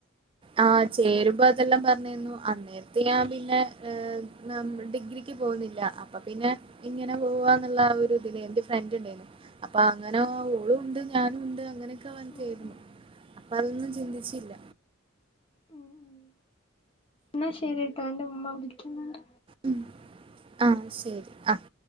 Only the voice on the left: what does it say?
ഉം
ഉം
ഉം ഉം എന്നാ ശെരി ട്ടോ എന്റെ ഉമ്മ വിളിക്കുന്നോണ്ട്